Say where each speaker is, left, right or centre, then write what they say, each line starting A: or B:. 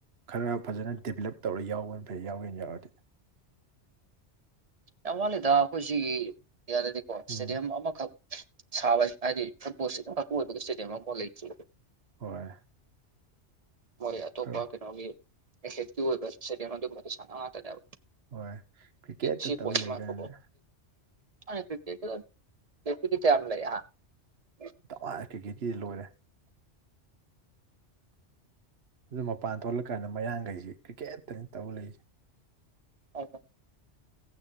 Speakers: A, on the right (about 60°); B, on the right (about 35°).
A: ꯈꯔ ꯐꯖꯅ ꯗꯤꯕꯂꯞ ꯇꯧꯔ ꯌꯥꯎꯋꯦꯅ ꯐꯩ ꯌꯥꯎꯋꯦꯅ ꯌꯥꯎꯔꯗꯤ
B: ꯌꯥꯝ ꯋꯥꯠꯂꯦꯗ ꯑꯩꯈꯣꯏꯁꯤꯒꯤ ꯏꯟꯗꯤꯌꯥꯗꯗꯤꯀꯣ ꯏꯁꯇꯦꯗꯤꯌꯝ
A: ꯎꯝ
B: ꯑꯃꯈꯛ ꯁꯥꯕ ꯍꯥꯏꯗꯤ ꯐꯨꯠꯕꯣꯜꯁꯤ ꯌꯥꯝ ꯃꯔꯄꯨ ꯑꯣꯏꯕꯒꯤ ꯏꯁꯇꯦꯗꯤꯌꯝ ꯑꯃ ꯂꯩꯇꯦ
A: ꯍꯣꯏ
B: ꯃꯣꯏ ꯑꯇꯣꯞꯄ
A: ꯈꯔ
B: ꯀꯩꯅꯣꯒꯤ ꯑꯦꯊꯦꯠꯀꯤ ꯑꯣꯏꯕ ꯁꯦꯗꯦꯝ ꯑꯗꯨꯝꯕꯗꯨ ꯁꯥꯟꯅꯕ ꯉꯥꯛꯇꯅꯦꯕ
A: ꯍꯣꯏ ꯀ꯭ꯔꯤꯛꯀꯦꯠꯇ
B: ꯁꯤ
A: ꯇꯧ
B: ꯄꯣ
A: ꯂꯩ
B: ꯃꯥꯐ
A: ꯀꯥꯏꯅ
B: <unintelligible> ꯇ ꯌꯥꯝ ꯂꯩ <unintelligible>
A: ꯇꯅ ꯀꯤꯀꯦꯠꯀꯤ ꯂꯣꯏꯔꯦ ꯑꯗꯨ ꯃꯄꯥꯟ ꯊꯣꯛꯂꯀꯥꯟꯗ ꯃꯌꯥꯡꯈꯩꯁꯤ ꯀ꯭ꯔꯤꯛꯀꯦꯠꯇꯅꯤ ꯇꯧ ꯂꯩꯔꯤꯁꯦ
B: ꯍꯣ